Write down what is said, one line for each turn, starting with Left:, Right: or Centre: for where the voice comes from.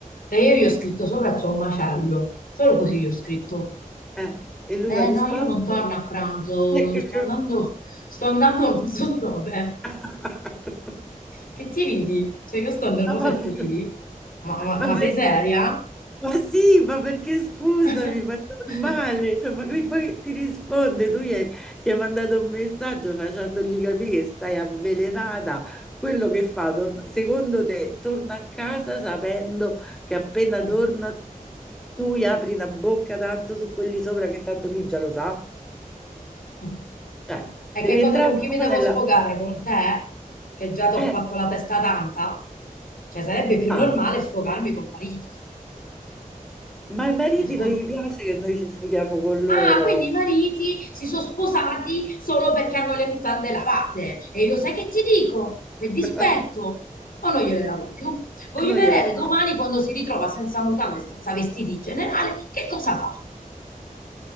Left: E io gli ho scritto sopra c'è un macello, solo così gli ho scritto.
Centre: Eh, e lui la
Left: Eh
Centre: risposta
Left: no, io non torno a pranzo,
Centre: è <laughs> che...
Left: sto andando, sto andando non so dove.
Centre: <laughs>
Left: Che ti ridi? Cioè io sto nervosa
Centre: Ma va
Left: e tu
Centre: bene.
Left: ridi? Ma, ma-
Centre: Ma
Left: ma
Centre: perché?
Left: sei seria?
Centre: Ma sì, ma perché scusami,
Left: <laughs>
Centre: ma è normale, cioè, ma qui poi ti risponde, tu gli hai, gli hai mandato un messaggio facendogli capire che stai avvelenata, quello che fa, tor- secondo te, torna a casa sapendo che appena
Left: Ah,
Centre: torna tu gli apri una bocca tanto su quelli sopra che tanto lui già lo sa,
Left: ah.
Centre: cioè
Left: E
Centre: devi
Left: che cosa
Centre: entrare
Left: con
Centre: un
Left: chi
Centre: po'
Left: mi devo
Centre: nella...
Left: sfogare? Con te? Che già ti ho
Centre: Eh,
Left: fatto la testa tanta? Cioè, sarebbe più
Centre: calma.
Left: normale sfogarmi col marito.
Centre: Ma ai mariti
Left: Cioè, secondo-
Centre: non gli piace che noi ci sfughiamo con
Left: Ah,
Centre: loro
Left: quindi i mariti si sono sposati solo perché hanno le mutande lavate. E io sai che ti dico? Per
Centre: <laughs>
Left: dispetto. O non gliele lavo più. Voglio
Centre: e noi
Left: vedere
Centre: gliele diamo.
Left: domani quando si ritrova senza mutande e senza vestiti in generale, che cosa fa?